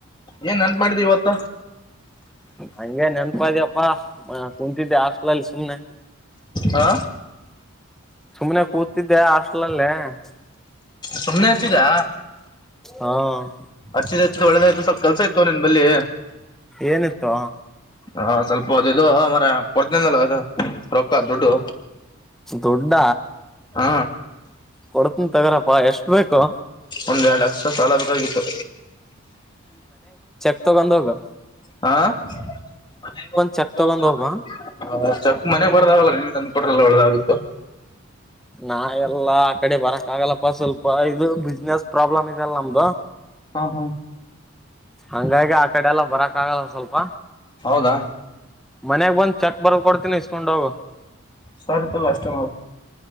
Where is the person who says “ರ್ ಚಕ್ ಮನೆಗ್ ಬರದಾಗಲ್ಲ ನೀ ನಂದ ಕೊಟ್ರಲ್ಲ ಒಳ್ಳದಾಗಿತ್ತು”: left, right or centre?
Left